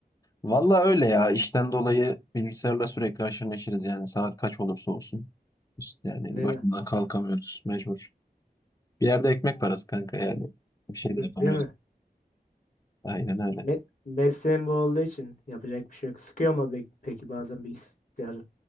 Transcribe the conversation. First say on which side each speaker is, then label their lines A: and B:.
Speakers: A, on the left; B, on the left.
A: Vallahi öyle ya. İşten dolayı bilgisayarla sürekli haşır neşiriz yani. Saat kaç olursa olsun. İşte yani
B: Değil
A: başından
B: mi?
A: kalkamıyoruz. Mecbur. Bir yerde ekmek parası kanka yani. Bir şey de yapamıyoruz.
B: <laughs> Değil mi?
A: Aynen öyle.
B: Me mesleğin bu olduğu için yapacak bir şey yok. Sıkıyor mu be- peki bazen bilgisayar?